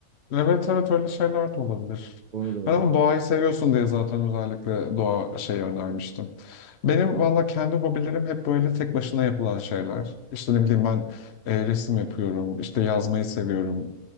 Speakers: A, on the left; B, on the right.
A: Evet evet öyle şeyler de olabilir.
B: Onu da yapıp.
A: Ben ama doğayı seviyorsun diye zaten özellikle doğa şeyi önermiştim. Benim valla kendi hobilerim hep böyle tek başına yapılan şeyler. İşte ne bileyim ben e, resim yapıyorum, işte yazmayı seviyorum,